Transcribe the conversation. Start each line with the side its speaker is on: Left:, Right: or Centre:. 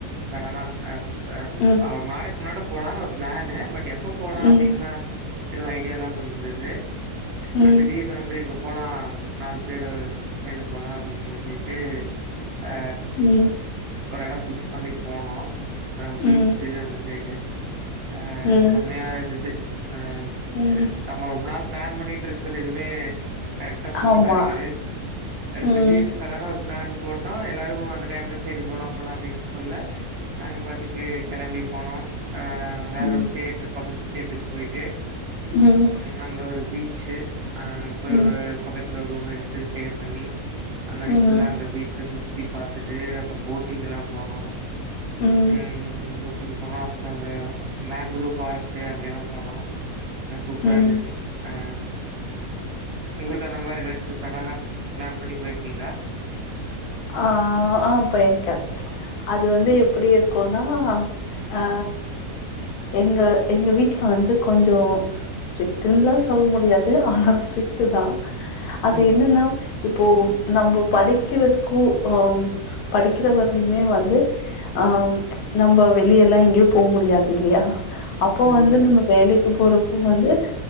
Right: கடனா அ அ
Left: ம்
Right: அவ <unintelligible> போலான் ஒரு ப்ளானு பட் எப் போ போலா
Left: ம்
Right: அப்டின்ல எதுவு ஐடியா இல்லாம இருந்து
Left: ம் ம்
Right: ஒரு திடீர்னு வந்து இங்க போலா நாலு பேரு சேந்து போலா அப்டின் சொல்லிட்டு ஆ
Left: ம்
Right: ஒரு எடொ ஃபிக்ஸ் பண்ணி போணோ ஆ பீச்சு
Left: ம்
Right: அந்த சைடு ஆ
Left: ம்
Right: சமையா இருந்துச்சு ஆ
Left: ம்
Right: அ நம்மோ பிளான் பண்ணிட்ருக்கறது எதுமே கரெக்ட்டா போகாது
Left: ஆமா ம்
Right: திடீர்னு சடனா ஒரு பிளான் போட்டோ எல்லாரு அந்த டைம்ல சரி போலா போலா அப்பிடின்னு சொல்ல நாங்க பாட்டுக்கு கெளம்பி போனோ ஆ வேற
Left: ம்
Right: ஒரு ஸ்டேட் பக்கத்து ஸ்டேட்டுக்கு போயிட்டு
Left: ம்
Right: நாங்க ஒரு பீச்சு அங்க போய்
Left: ம்
Right: ஒரு பக்கத்துல ரூம் எடுத்து ஸ்டே பண்ணி அந்தன்னைக்கு
Left: ம்
Right: ஃபுல்லா அங்க பீச்ச சுத் தி பாத்துட்டு அப்பற போட்டிங் எல்லா போனோ
Left: ம்
Right: ம் டிங் போனா அந்த மேங்க்ரூவ் ஃபாரெஸ்ட்டு அங்க எல்லா போனோ ஆ சூப்பரா
Left: ம்
Right: இருந்துச்சு ஆ உங்களுக்கு அந்த மாரி எதாச்சு சடனா பிளான் பண்ணி போயிருக்கிங்ளா
Left: ஆ ஆ போயிருக்க அது வந்து
Right: ம்,
Left: எப்புடி இருக்குனா ஆ ஆ எங்க எங்க வீட்ல வந்து கொஞ்ச ஸ்ட்ரிட்டுன்லா சொல்ல முடியாது ஆனா ஸ்ட்ரிட்டுதா அது
Right: ம்,
Left: என்னன்னா இப்போ நம்ப படி படிக்கிற ஸ்கூ அ படிக்கிற வரையுமே வந்து ஆ நம்ப வெளிய எல்லா எங்கயு போக முடியாது இல்லயா அப்போ
Right: ம்,
Left: வந்து நம்ப வேலைக்கு போறோ இப்ப வந்து